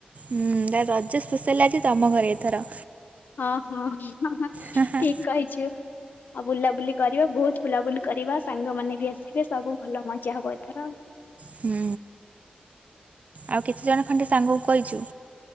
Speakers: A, on the right; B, on the left.
A: ହୁଁ ତ ରଜ ସ୍ପେଶାଲ ଆଜି ତମ ଘରେ ଏଥର।
B: ହଁ ହଁ ଠିକ
A: ହାଁ ହାଁ
B: କହିଛୁ। ଆଉ ବୁଲାବୁଲି କରିବା ବହୁତ ବୁଲାବୁଲି କରିବା ସାଙ୍ଗ ମାନେ ବି ଆସିବେ ସବୁ ଭଲ ମଜା ହବ ଏଥର ଆଉ।
A: ହୁଁ ଆଉ କେତେ ଜଣ ଖଣ୍ଡେ ସାଙ୍ଗକୁ କହିଛୁ?